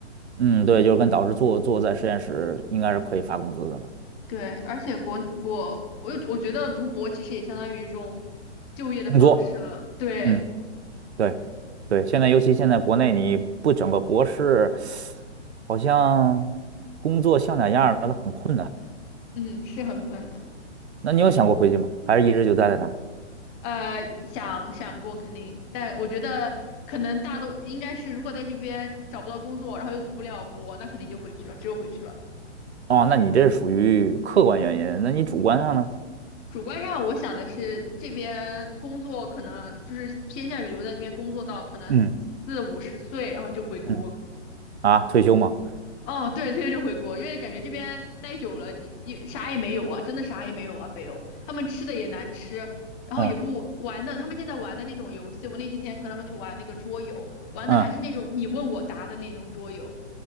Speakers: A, on the right (about 65°); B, on the left (about 15°).
A: 嗯，对，就是跟导师做做在实验室，应该是可以发工资的了。
B: 对，而且国国，我有我觉得读博其实也相当于一种就业的方式了。
A: 工作，
B: 对，
A: 嗯，对，对，现在尤其现在国内你不整个博士，好像工作像点样儿的很困难。
B: 嗯，是很困难。
A: 那你有想过回去吗？还是一直就待在那儿？
B: 呃，想想过肯定，但我觉得可能大多应该是，如果在这边找不到工作，然后又读不了博，那肯定就回去了，只有回去了。
A: 哦，那你这是属于客观原因，那你主观上呢？
B: 主观上我想的是，这边工作可能就是偏向于留在这边工作到可能四五十岁，
A: 嗯
B: 然后就回国。
A: 嗯，啊，退休吗？
B: 哦，对，退休就回国，因为感觉这边待久了，你你啥也没有啊，真的啥也没有啊。北欧他们吃的也难吃，然后也不玩的，
A: 嗯。
B: 他们现在玩的那种游戏，我那几天和他们去玩那个桌游，玩的还是那种你问我答的那种桌游，
A: 嗯